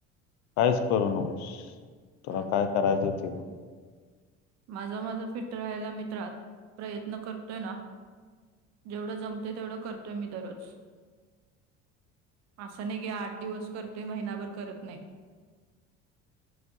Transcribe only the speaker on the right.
हं.
माझं माझं फिट राहायला मित्रात प्रयत्न करतोय ना. जेवढं जमते तेवढं करतोय मी दरोज असं नाही की आठ दिवस करतेय. महिनाभर करत नाही.